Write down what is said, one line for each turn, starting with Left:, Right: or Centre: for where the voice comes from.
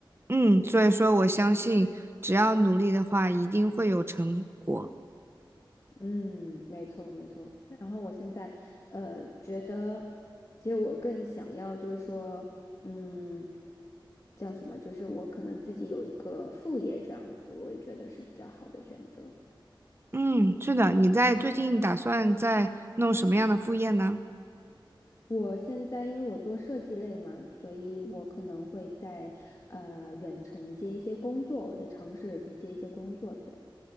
Right: 嗯，所以说我相信，只要努力的话，一定会有成果。
Left: 嗯，没错没错。然后我现在呃觉得，其实我更想要就是说，嗯，叫什么？就是我可能自己有一个副业这样子，我也觉得是比较好的选择。
Right: 嗯，是的，你在最近打算在弄什么样的副业呢？
Left: 我现在因为我做设计类嘛，所以我可能会在呃远程接一些工作，我就尝试着去接一些工作，对。